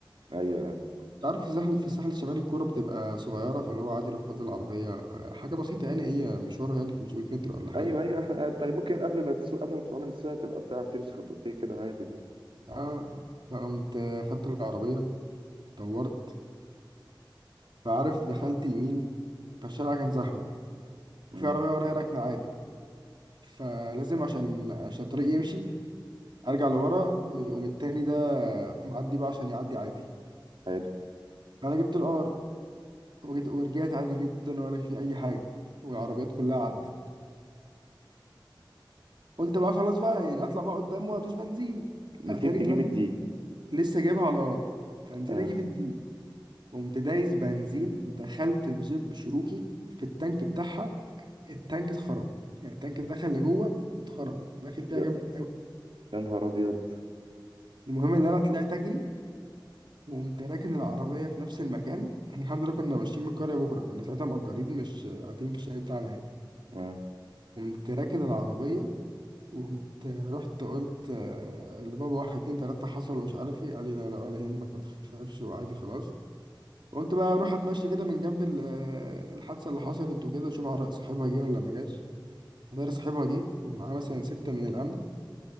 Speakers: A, on the right; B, on the right.
A: أيوه آه.
B: تعرف في الساحل في الساحل الشمالي الكورة بتبقى صغيرة فاللي هو عادي يروح خد العربية آه، حاجة بسيطة يعني هي مشوارها يعني 500 متر ولا حاجة
A: أيوه أيوه إحنا- أنت ممكن قبل ما تسوق قبل ما تتعلم السواقة تبقى بتعرف تمشي خطوتين كده عادي ده
B: آه فقمت آه، خدت العربية دورت فعارف دخلت يمين فالشارع كان زحمة
A: امم
B: وفي عربية ورايا راكنة عادي فلازم عشان عشان الطريق يمشي أرجع لورا ويقوم التاني ده معدي بقى عشان يعدي عادي
A: حلو
B: فأنا جبت الار وجيت- ورجعت عادي جدا ولا في أي حاجة والعربيات كلها عدت فقلت بقى خلاص بقى يعني أطلع بقى قدام وأدوس بنزين
A: نسيت
B: اتاري ان
A: تجيب الدي
B: لسه جايبها على الار فنسيت
A: آه.
B: اجيب الدي قمت دايس بنزين دخلت بزب شروكي في التانك بتاعها التانك اتخرم يعني التانك دخل لجوه واتخرم كنت داخل فيها
A: يا
B: جامد قوي
A: يا نهار أبيض
B: المهم ان انا طلعت اجري وقمت راكن العربيه في نفس المكان احنا الحمد لله كنا ماشيين من القريه بكره كنا ساعتها مأجرين مش قاعدين في الشارع بتاعنا يعني
A: آه.
B: قمت راكن العربيه وقمت رحت قلت آه، لبابا واحد اتنين تلاته حصل ومش عارف ايه قال لي لا لا ولا يهمك ما تخافش وعادي خلاص قلت بقى اروح اتمشى كده من جنب ال- الحادثه اللي حصلت وكده اشوف عر- صاحبها جه ولا ما جاش ادار صاحبها جه ومعاه مثلا سته من الامن